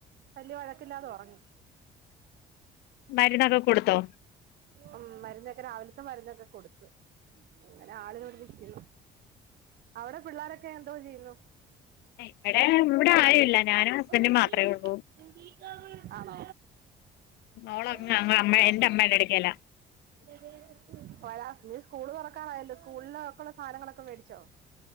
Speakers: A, on the right; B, on the left.
A: വല്യ വഴക്കില്ലാതെ ഉറങ്ങും.
B: മരുന്നൊക്കെ കൊടുത്തോ
A: ഉം മരുന്നൊക്കെ രാവില ഇന്നത്തെ മരുന്നൊക്കെ കൊടുത്ത് അങ്ങനെ ആള് ഇവടെരിക്കിന്നു. അവിടെ പിള്ളോരൊക്കെ എന്തോ ചെയ്യുന്നു?
B: ഇവിടെ ഇവിടെ ആരുല്ല ഞാനും ഹസ്ബൻഡും
A: ഉമ്മച്ചിേ
B: മാത്രേ ഉള്ളൂ
A: <unintelligible> ആണോ?
B: മോളങ്ങ്
A: ഓ നീക്ക
B: അമ്മ
A: ആ
B: എന്റെ അമ്മയുടെ
A: ഇത്തിച്ച
B: അടുക്കലാ
A: <unintelligible> <unintelligible> നീ സ്കൂള് തുറക്കാനായല്ലോ സ്കൂളില ഒക്കെയുള്ള സാധനങ്ങളൊക്കെ മേടിച്ചോ?